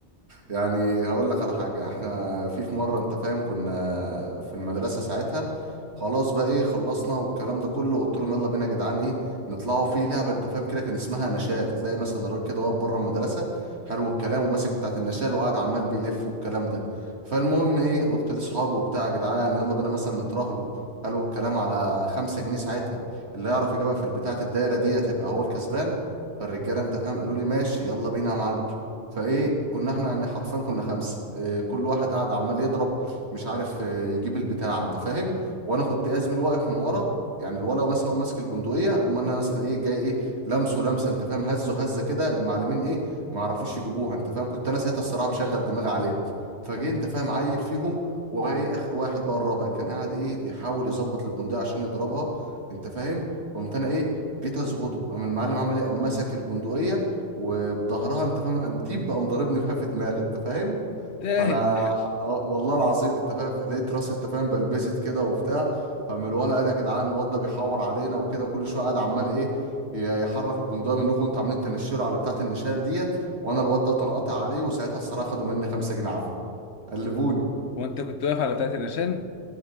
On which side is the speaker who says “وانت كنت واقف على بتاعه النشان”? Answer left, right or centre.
Left